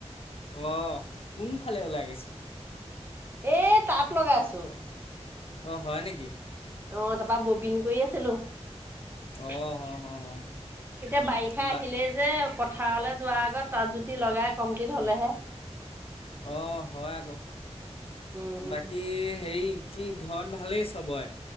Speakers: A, on the left; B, on the right.
A: অহ', কোনফালে ওলাই গৈছিলে?
B: এ', তাত লগাইচো।
A: অ', হয় নেকি?
B: অ', তাৰপা ববিন কৰি আছিলো।
A: অঁ
B: এতিয়া
A: হ হ হ
B: বাৰিষা
A: বা
B: আহিলে যে পত, পথাৰলৈ যোৱাৰ আগত তাত জুতি লগাই কমপ্লিট হলেহে।
A: অ', হয় আকৌ।
B: উম
A: বাকী হেৰি, কি ঘৰত ভালেই চবৰে?